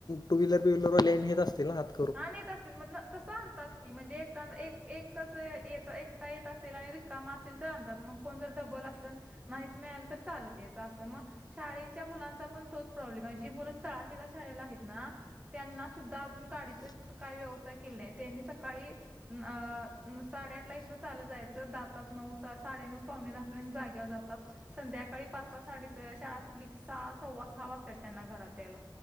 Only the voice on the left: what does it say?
टू व्हीलर बि व्हीलरवाले नेत असतील ना आत?